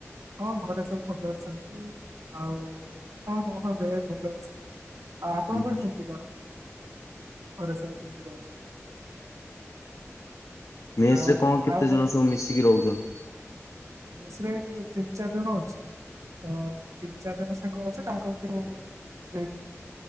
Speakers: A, on the right (about 90°); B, on the left (about 70°).
A: ହଁ ଘରେ ସବୁ ଭଲ ଅଛନ୍ତି। ଆଉ ହଁ ସମସ୍ତଙ୍କ ଦେହ ଭଲ ଅଛି ଆଉ ଆପଣଙ୍କର
B: ହୁଁ
A: କେମିତି କଣ? ଘରେ ସବୁ କେମିତି କଣ ଅଛନ୍ତି?
B: ମେସେ
A: ଆଉ
B: ରେ କଣ କେତେ
A: ଆଉ
B: ଜଣ ସବୁ ମିଶିକି ରହୁଛ?
A: ମେସେ ରେ ତିନି ଚାରି ଜଣ ଅଛୁ। ତ ତିନି ଚାରି ଜଣ ସାଙ୍ଗ ଅଛ ତାଙ୍କ ଭିତରୁ ଯେ